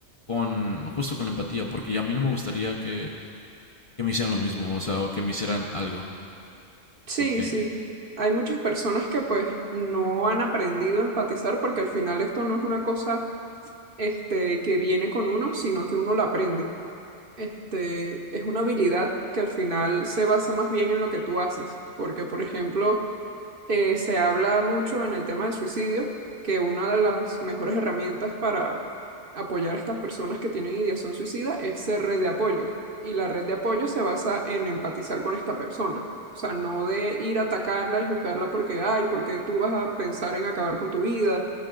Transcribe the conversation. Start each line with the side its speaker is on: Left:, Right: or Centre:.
Left: con justo con la empatía, porque a mí no me gustaría que, que me hicieran lo mismo, o sea, o que me hicieran algo,
Right: Sí,
Left: algo que,
Right: sí. Hay muchas personas que pues no han aprendido a empatizar porque al final esto no es una cosa este que viene con uno, sino que uno la aprende. Este es una habilidad que al final se basa más bien en lo que tú haces, porque por ejemplo, eh, se habla mucho en el tema del suicidio, que una de las mejores herramientas para apoyar a estas personas que tienen ideación suicida es ser red de apoyo. Y la red de apoyo se basa en empatizar con esta persona. O sea, no de ir a atacarla y juzgarla porque, ay, porque tú vas a pensar en acabar con tu vida,